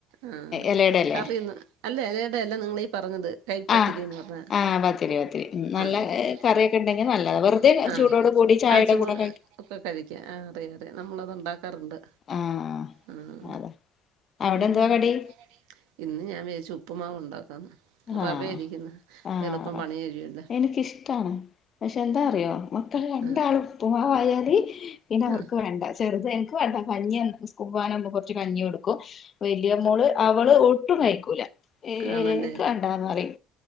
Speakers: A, on the right; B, on the left.
A: ആഹ്
B: ഇലയുടെ അല്ലേ
A: കറിയുന്ന് അല്ല എലയടയല്ല നിങ്ങളീ പറഞ്ഞത് കൈപ്പത്തിരീന്ന്
B: ആഹ്
A: പറഞ്ഞ
B: ആഹ് പത്തിരി പത്തിരി ഉം
A: ആഹ്
B: ഏ,
A: നല്ല
B: ഉണ്ടെങ്കിൽ
A: കറിയൊക്കെ
B: നല്ലതാ
A: ഉണ്ടെങ്കി
B: വെറുതെ
A: ആഹ്
B: ചൂടോട് കൂടി ചായയുടെ
A: ആഹ് ചൂ
B: കൂടെ കഴി
A: ഒക്കെ കഴിക്ക്യാം. ആഹ് അറിയറിയാ. നമ്മളത്ണ്ടാ ക്കാറുണ്ട്.
B: ആഹ്
A: ആഹ്
B: അതെ അവിടെ
A: ഉം
B: എന്തുവാ കടി?
A: ഇന്ന് ഞാൻ വിചാരിച്ചു ഉപ്പുമാവ് ഉണ്ടാക്കാംന്ന്. റവ
B: ആഹ്
A: ഇരിക്കുന്ന്.
B: ആഹ്
A: എളുപ്പം പണി കഴിയല്ലോ
B: എനിക്കിഷ്ടാണ് പക്ഷെ എന്താ അറിയോ മക്കൾ രണ്ടാളും
A: ആഹ്
B: ഉപ്പുമാവ് ആയാല് പിന്നെ അവർക്ക്
A: ആഹ്
B: വേണ്ട. ചെറുത് എനിക്ക് വേണ്ട കഞ്ഞിയാണ്. സ്കൂൾ പോകാനാവുമ്പോ കുറച്ച് കഞ്ഞി കൊടുക്കും. വലിയ മോൾ അവൾ ഒട്ടും കഴിക്കൂല എ
A: ആണല്ലേ
B: എ എഎനിക്ക് വേണ്ടാന്ന് പറിം.